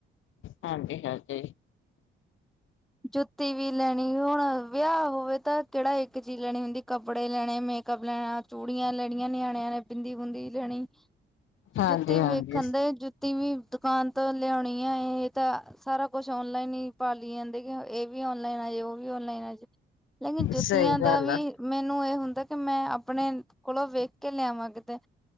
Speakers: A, on the left (about 80°); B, in the centre.
A: ਹਾਂਜੀ-ਹਾਂਜੀ।
B: ਜੁੱਤੀ ਵੀ ਲੈਣੀ ਹੁਣ ਵਿਆਹ ਹੋਵੇ ਤਾਂ ਕੇੜਾ ਇੱਕ ਚੀਜ਼ ਲੈਣੀ ਹੁੰਦੀ ਕੱਪੜੇ ਲੈ ਣੇ, ਮੇਕਅੱਪ ਲੈਣਾ, ਚੂੜੀਆਂ ਲੈਣੀਆਂ, ਨਿਆਣਿਆਂ ਨੇ ਬਿੰਦੀ-ਬੂੰਦੀ ਲੈਣੀ
A: ਹਾਂਜੀ
B: ਜੁੱਤੀ
A: ਹਾਂਜੀ
B: ਵੇਖਣ ਦਏ ਜੁੱ ਤੀ ਵੀ ਦੁਕਾਨ ਤੋਂ ਲਿਓਣੀ ਆ ਏ ਤਾਂ, ਸਾਰਾ ਕੁਛ ਔਨਲਾਈਨ ਈ ਭਾਲੀ ਜਾਂਦੇ। ਏ ਵੀ ਔਨਲਾਈਨ ਆਜੇ ਓਵੀ ਔਨਲਾਈਨ ਆਜੇ ਲੇਕਿਨ ਜੁੱਤੀਆਂ
A: ਸਹੀ
B: ਦਾ
A: ਗੱਲ
B: ਵੀ
A: ਆ
B: ਮੈਨੂੰ ਏ ਹੁੰਦਾ ਕੀ ਮੈਂ ਆਪਣੇ ਕੋਲੋਂ ਵੇਖ ਕੇ ਲਿਆਵਾਂ ਕਿਤੇ।